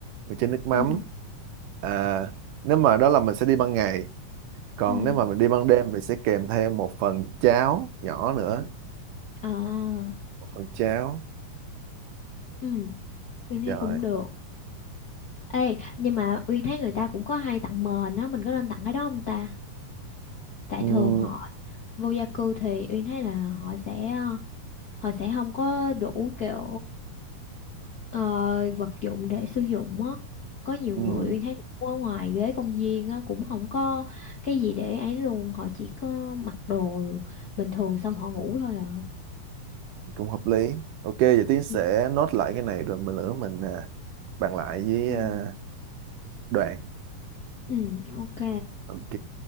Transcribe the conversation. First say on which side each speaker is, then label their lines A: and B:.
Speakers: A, on the right; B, on the left.
A: một chén nước mắm.
B: Ừ,
A: À, nếu mà đó là mình sẽ đi ban ngày, còn
B: ừ.
A: nếu mà mình đi ban đêm mình sẽ kèm theo một phần cháo nhỏ nữa,
B: À,
A: một phần cháo.
B: ừ, tôi thấy
A: Rồi.
B: cũng được. Ê, nhưng mà Uyên thấy người ta cũng có hay tặng mền á, mình có nên tặng cái đó không ta? Tại
A: Ừ,
B: thường họ vô gia cư thì Uyên thấy là họ sẽ ờ, họ sẽ không có đủ kiểu ờ, vật dụng để sử dụng á. Có nhiều
A: ừ,
B: người Uyên thấy cũng ở ngoài ghế công viên á cũng không có cái gì để ấy luôn, họ chỉ có mặc đồ bình thường xong họ ngủ thôi à.
A: cũng hợp lý. Ok, giờ Tiến sẽ
B: Ừ,
A: nốt lại cái này rồi mình nữa mình à, bàn lại với
B: ừ,
A: à, đoàn.
B: ừ, ok.
A: Ok.